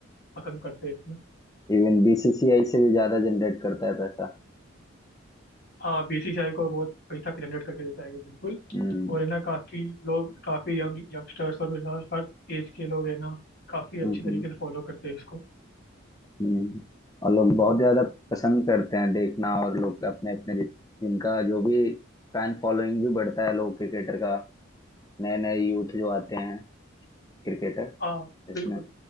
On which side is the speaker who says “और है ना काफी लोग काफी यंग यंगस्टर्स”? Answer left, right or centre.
Left